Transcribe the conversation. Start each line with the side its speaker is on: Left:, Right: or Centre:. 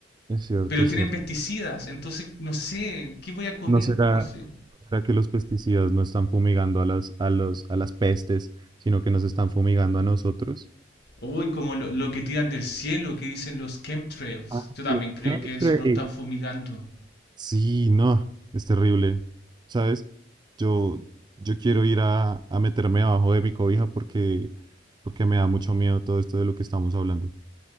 Right: es cierto,
Left: Pero
Right: es
Left: tienen
Right: cierto.
Left: pesticidas, entonces no sé, ¿qué voy a comer?
Right: ¿No será,
Left: No sé.
Right: sea, que los pesticidas no están fumigando a las, a los, a las pestes, sino que nos están fumigando a nosotros.
Left: Uy, como lo, lo que tiran del cielo, que dicen los chemtrails.
Right: Ah,
Left: Yo también
Right: los
Left: creo
Right: chemtrails.
Left: que eso nos están fumigando.
Right: Sí, no, es terrible. ¿Sabes? Yo, yo quiero ir a, a meterme abajo de mi cobija porque, porque me da mucho miedo todo esto de lo que estamos hablando.